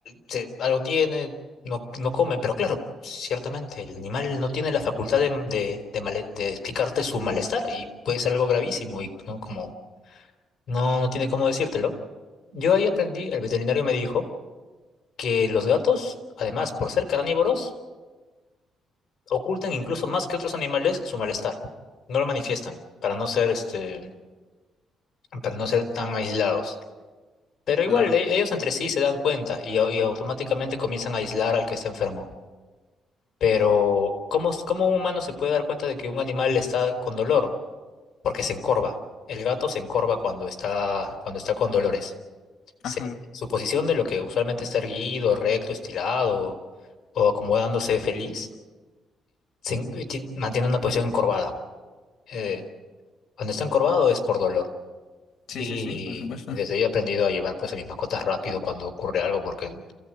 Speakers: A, on the left (about 50°); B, on the left (about 65°).
A: se- algo tiene, no, no come, pero claro, ciertamente el animal no tiene la facultad de, de, de male- de explicarte su malestar y puede ser algo gravísimo y no como no, no tiene cómo decírtelo. Yo ahí aprendí, el veterinario me dijo que los gatos, además, por ser carnívoros, ocultan incluso más que otros animales su malestar. No lo manifiestan para no ser este, para no ser tan aislados. Pero igual
B: claro,
A: e- ellos entre sí se dan cuenta y, au- y automáticamente comienzan a aislar al que está enfermo. Pero ¿cómo, s- cómo un humano se puede dar cuenta de que un animal está con dolor? Porque se encorva. El gato se encorva cuando está, cuando está con dolores. Se-
B: ajá.
A: su posición de lo que usualmente está erguido, recto, estirado o acomodándose feliz, se en- ti- mantiene una posición encorvada. Eh, cuando está encorvado es por dolor.
B: Sí,
A: Y
B: sí, sí, por supuesto.
A: desde ahí he aprendido a llevar pues a mis mascotas rápido cuando ocurre algo porque